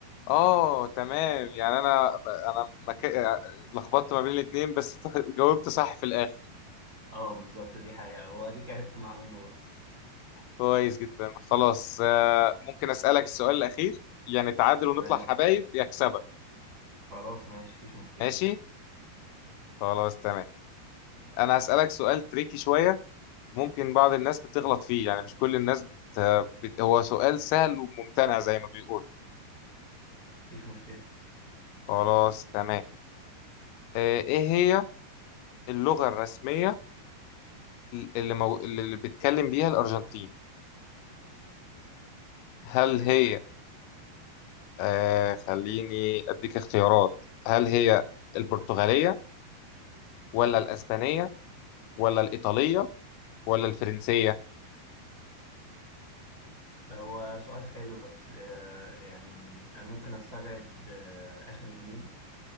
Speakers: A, on the left (about 80°); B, on the right (about 35°).
A: اه تمام يعني انا انا مك... لخبطت ما بين الاتنين بس <laughs> جاوبت صح في الاخر
B: اه بالظبط دي حقيقة واديك عرفت معلومة برضه
A: كويس جدا خلاص آه، ممكن اسالك السؤال الاخير يعني تعادل ونطلع
B: تمام
A: حبايب يكسبك
B: خلاص ماشي مفيش مشكلة
A: ماشي خلاص تمام انا هسالك سؤال تريكي شويه ممكن بعض الناس بتغلط فيه يعني مش كل الناس بت... بت... هو سؤال سهل وممتنع زي ما بيقولوا
B: مفيش مشكلة
A: خلاص تمام آه، ايه هي اللغة الرسمية اللي, مو... اللي بيتكلم بيها الأرجنتين هل
B: ماشي
A: هي آه خليني أديك اختيارات هل هي البرتغالية ولا الأسبانية ولا الإيطالية ولا الفرنسية
B: هو سؤال حلو بس آه يعني أنا ممكن أستبعد آه آخر اتنين